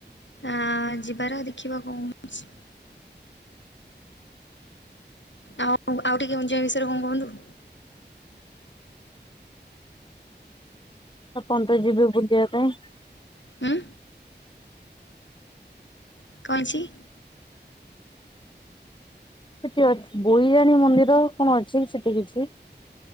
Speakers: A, on the left; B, on the left.
A: ଆ ଯିବାର ଦେଖିବା କଣ ହଉଚି। ଆଉ ଆଉ ଟିକେ <unintelligible> ବିଷୟରେ କଣ କୁହନ୍ତୁ?
B: ଲ <unintelligible> ଯିବେ ବୁଲିବା ଯିବା ପାଇଁ।
A: ଉଁ <unintelligible>
B: ସେ କିଏ ଅ ବୋଇରାଣୀ ମନ୍ଦିର କଣ ଅଛି ସେଠି କିଛି?